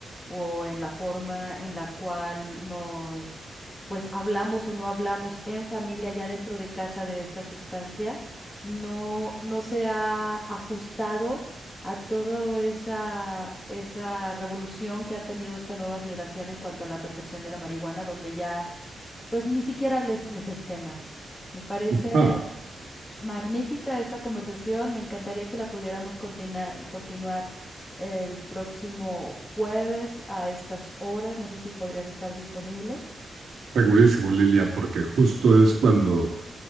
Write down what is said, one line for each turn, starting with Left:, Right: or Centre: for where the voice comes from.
Left: o en la forma en la cual nos pues hablamos o no hablamos en familia, ya dentro de casa de esta sustancia, no, no se ha ajustado a toda esa, esa revolución que ha tenido esta nueva generación en cuanto a la percepción de la marihuana, donde ya pues ni siquiera les, les es tema. Me parece
Right: ajá,
Left: magnífica esta conversación, me encantaría que la pudiéramos continuar, continuar el próximo jueves a estas horas, no sé si podrías estar disponible.
Right: segurísimo, Lilia, porque justo es cuando